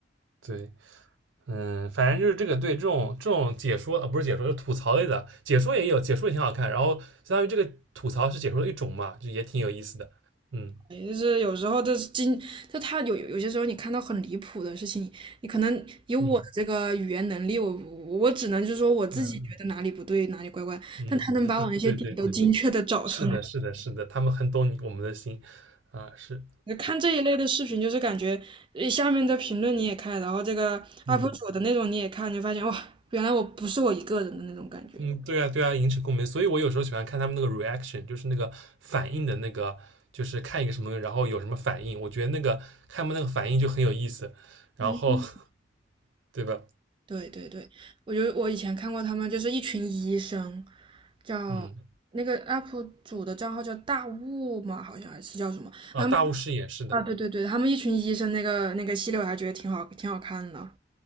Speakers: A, on the right (about 90°); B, on the right (about 25°).
A: 对，嗯，反正就是这个对这种这种解说啊，不是解说，是吐槽类的，解说也有，解说也挺好看，然后相当于这个吐槽是解说的一种嘛，就也挺有意思的，嗯
B: 就是有时候这是经，就他有有些时候你看到很离谱的事情，你可能以我的这个语言能力，
A: 嗯
B: 我我只能就是说我自己觉得哪里不对，
A: 嗯
B: 哪里怪怪，
A: 嗯，<laughs>
B: 但他能把我那些点都精确的找出来。
A: 对对对，是的，是的，是的，他们很懂你我们的心啊，是，
B: 看这一类的视频，就是感觉呃下面的评论你也看，然后这个
A: 嗯
B: UP 主的那种你也看，你就发现哇，原来我不是我一个人的那种感觉。
A: 嗯，对啊，对啊，引起共鸣。所以我有时候喜欢看他们那个 reaction，就是那个反应的那个，就是看一个什么，然后有什么反应。我觉得那个看他们那个反应就很有意思，然后
B: 嗯。
A: <laughs> 对吧？
B: 对对对，我觉得我以前看过他们，就是一群医生，叫那个
A: 嗯，
B: UP 主的账号叫大雾嘛，好像还是叫什么？
A: 啊，
B: 他们
A: 大巫师也是的。
B: 啊，对对对，他们一群医生那个那个系列我还觉得挺好，挺好看的。